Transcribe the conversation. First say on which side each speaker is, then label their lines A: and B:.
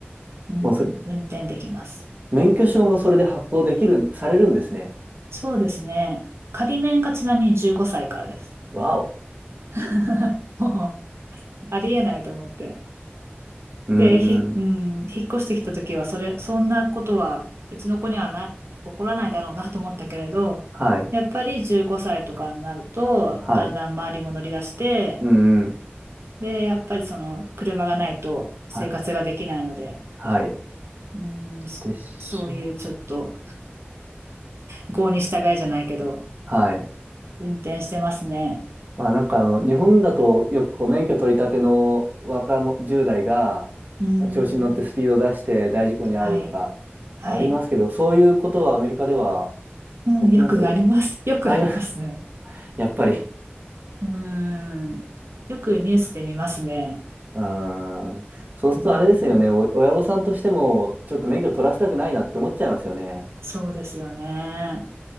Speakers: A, on the right; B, on the right.
A: うん、
B: もうそ、
A: 運転できます。
B: 免許証もそれで発行できる、されるんですね。
A: そうですね。仮免がちなみに15歳からです。
B: わお。
A: <laughs> もう、ありえないと思って。
B: うー
A: で、ひ、
B: ん。
A: うん、引っ越してきた時は、それ、そんなことは、うちの子にはない、起こらないだろうなと思ったけれど、
B: はい。
A: やっぱり15歳とかになると、
B: はい。
A: だんだん周りも乗り出して、
B: うん、うん。
A: で、やっぱりその、車がないと生活ができないので、
B: はい。はい。
A: うん、しそういうちょっと、
B: でしょ
A: 郷に従えじゃないけど、
B: はい。
A: 運転してますね。
B: まあなんかあの、日本だとよくこう免許取り立ての若者、10代が、
A: うん
B: まあ調子に乗ってスピード出して大事故に遭うとかありますけど、
A: はい。はい。
B: そういうことはアメリカでは
A: うん、
B: 起きます
A: よくあります。<laughs> よくありますね。
B: あります。<laughs> やっぱり。
A: うん。よくニュースで見ますね。
B: うーん。そうするとあれですよね。
A: うん。
B: お親御さんとしても、ちょっと免許取らせたくないなって思っちゃいますよね。
A: そうですよね。